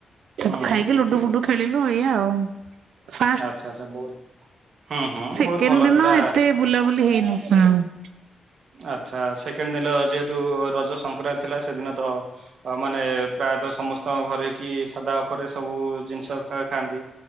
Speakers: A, on the right; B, on the right.
A: ତାକୁ
B: ହଁ
A: ଖାଇକି ଲୁଡୁ ଫୁଡୁ ଖେଳିଲୁ ଏଇଆ ଆଉ। ପା
B: ଆଚ୍ଛା ଆଚ୍ଛା ବୋହୁତ ହୁଁ ହୁଁ
A: ସେକେଣ୍ଡ
B: ବୋହୁତ ଭଲ
A: ଦିନ
B: ଥିଲା।
A: ଏତେ ବୁଲାବୁଲି ହେଇନି ହୁଁ।
B: ଆଚ୍ଛା ସେକେଣ୍ଡ ଦିନ ଯେହେତୁ ରଜ ସଂକ୍ରାନ୍ତି ଥିଲା ସେଦିନ ତ ମାନେ ପ୍ରାୟତଃ ସମସ୍ତଙ୍କ ଘରେ କି ସାଧା ଉପରେ ସବୁ ଜିନିଷ ଖା ଖାଆନ୍ତି